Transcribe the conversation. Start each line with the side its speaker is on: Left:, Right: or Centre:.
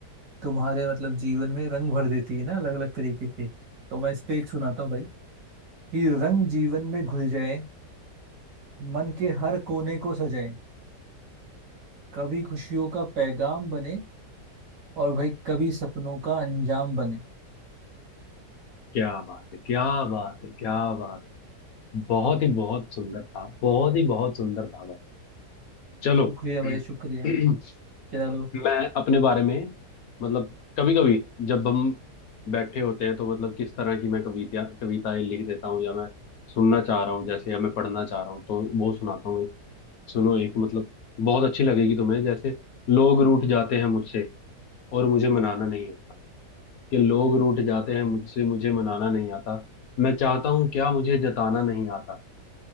Right: तुम्हारे मतलब जीवन में रंग भर देती है ना अलग अलग तरीके के तो मैं इस पे एक सुनाता हूँ भाई कि रंग जीवन में घुल जाए मन के हर कोने को सजाए कभी खुशियों का पैगाम बने और भाई कभी सपनों का अंजाम बने
Left: क्या बात है क्या बात है क्या बात है बहुत ही बहुत सुंदर था बहुत ही बहुत सुंदर था भाई चलो
Right: शुक्रिया
Left: <clears throat>
Right: भाई शुक्रिया चलो
Left: मैं अपने बारे में मतलब कभी कभी जब हम बैठे होते हैं तो मतलब किस तरह की मैं कविता कविताएं लिख देता हूँ या मैं सुनना चाह रहा हूँ जैसे या मैं पढ़ना चाह रहा हूँ तो वो सुनाता हूँ एक सुनो एक मतलब बहुत अच्छी लगेगी तुम्हें जैसे लोग रूठ जाते हैं मुझसे और मुझे मनाना नहीं आता कि लोग रूठ जाते हैं मुझसे मुझे मनाना नहीं आता मैं चाहता हूँ क्या मुझे जताना नहीं आता